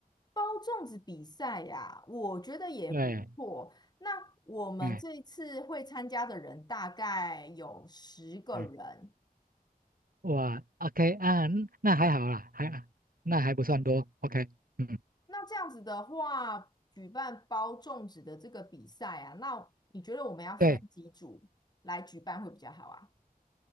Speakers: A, on the left; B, on the right.
A: 包粽子比赛呀，我觉得也不错。
B: 对，
A: 那我们这一次会参加的人大概有十个人。
B: 哎，哎，哇，OK 啊，嗯那还好啦，还那还不算多，OK，嗯，
A: 那这样子的话，举办包粽子的这个比赛啊，那你觉得我们要分几组来举办会比较好啊？
B: 对，